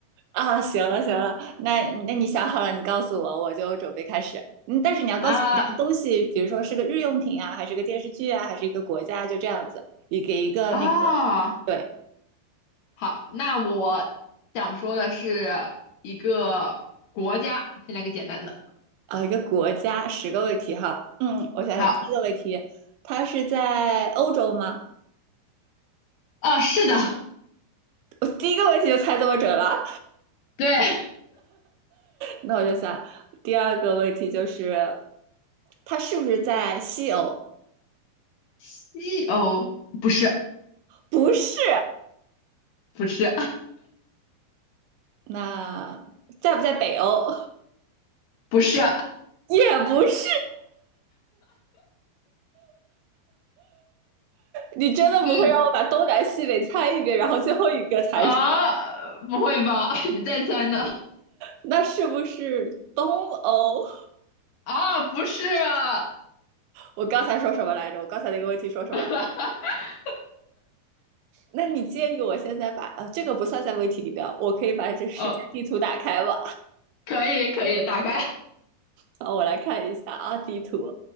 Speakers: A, on the right (about 80°); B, on the left (about 65°).
A: 啊？行了行了，那那你想好了，你告诉我，我就准备开始。嗯，但是你要告诉我这个东西，
B: 啊
A: 比如说是个日用品啊，还是个电视剧啊，还是一个国家，就这样子。你给一个那个，
B: 啊，
A: 对
B: 好，那我想说的是一个国家，先来个简单的，
A: 啊，一个国家十个问题哈。嗯，我想想，
B: 好，
A: 第一个问题，它是在欧洲吗？
B: 啊，是的，
A: 我第一个问题就猜这么准了。
B: 对，
A: 那我就想，第二个问题就是，它是不是在西欧？
B: 西欧，不是，
A: 不是。
B: 不是，
A: 那在不在北欧？
B: 不是，
A: 也不是。你真的不会让我把东南西北猜一遍，
B: 嗯，
A: 然后最后一个才是？
B: 啊，不会吧，<laughs> 你再猜呢？
A: 那是不是东欧？
B: 啊，不是啊，
A: 我刚才说什么来着？我刚才那个问题说什么来着？
B: <laughs>
A: 那你介意我现在把啊，这个不算在问题里边，我可以把这世界地图打开吗？
B: 哦可以，可以，打开。
A: 啊，我来看一下啊，地图。